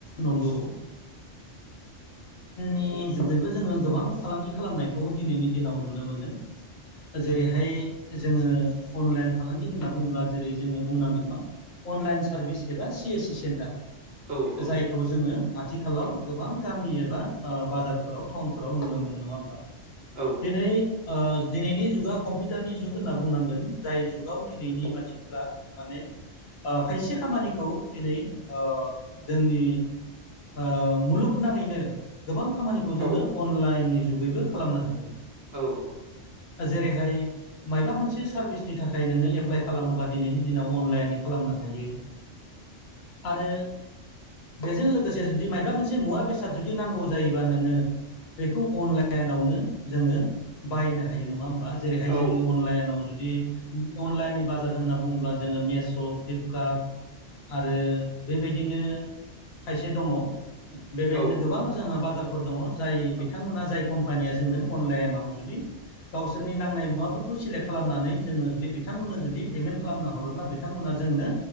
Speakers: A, on the left; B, on the right.
A: नंगौ नि जुगैबो जोङो गोबां फालांगि खालामनायखौ दिनैनि दिनाव नुनो मोनो। जेरैहाय जोङो अनलाइन फालांगि होनना बुंङोब्ला जेरै जोङो बुंनांगोन मा अनलाइन सारभिस एबा सि एस सि सेन्टार
B: औ औ
A: जायखौ जोङो आथिखालाव गोबां गामि एबा ओ बाजारफोराव टाउनफोराव नुनो मोनो नङा होमबा।
B: औ
A: दिनै ओ दिनैनि जुगा कम्पिउटारनि जुग होनना बुंनांगोन जाय जुगाव दिनैनि मानसिफोरा माने ओ खायसे खामानिखौ दिनै ओ जोंनि ओ मुलुगनाङैनो गोबां खामानिखौ जोङो
B: औ
A: अनलाइननि जुगैबो खालामनो हायो।
B: औ औ।
A: जेरैहाय मायबा मोनसे सारभिसनि थाखाय नोङो एप्लाइ खालामबा दिनैनि दिनाव अनलाइन खालाम नो हायो आरो बेजों लोगोसे जुदि मायबा मोनसे मुवा बेसाद जुदि नांगौ जायोबा नोङो बेखौ अनलाइनावनो जोङो बायनो हायो नङा होम बा जेरैहाय
B: औ
A: जोंनि आनलाइनाव जुदि अनलाइनि बाजार होना बुङोब्ला जोङो मेस्स' प्लिप कार्द आरो बेबा दिनो खायसे दङ बेबायदिनो
B: औ
A: गोबां जोंहा बाजाराव दङ जाय बिथांमोना जाय कम्पानिया जोंनो अनलाइनाव जुदि गावसोरनि नांनाय मुवाफोरखौ सेलेक्ट खालामनानै जोङो जुदि बिथांमोननो जुदि पेमेन्ट खालामना हरोब्ला बिथांमोना जोंनो